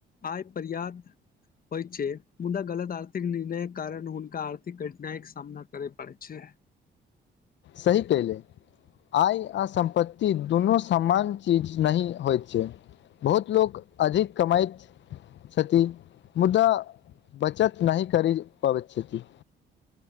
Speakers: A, on the left; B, on the left.
A: आय पर्यात होइछे मुदा गलत आर्थिक निर्णय कारण हुनका आर्थिक कठिनाइ के सामना करे पड़ै छै
B: सही केइले आय आ सम्पत्ति दुनू सामान चीज नहि होइ छै बहुत लोक अधिक कमाइत छथि मुदा बचत नही कर पबै छथि